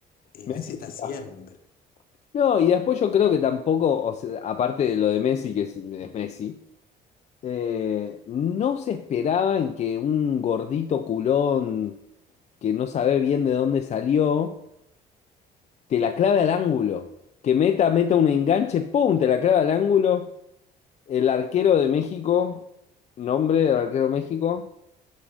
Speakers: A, on the left (about 60°); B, on the left (about 40°).
A: Y
B: Messi
A: Messi está
B: está.
A: siempre.
B: No, y después yo creo que tampoco, o sea, aparte de lo de Messi, que es, es Messi, eh, no se esperaban que un gordito culón que no sabe bien de dónde salió, te la clave al ángulo. Que meta, meta un enganche, ¡pum! Te la clave al ángulo. El arquero de México, nombre del arquero de México,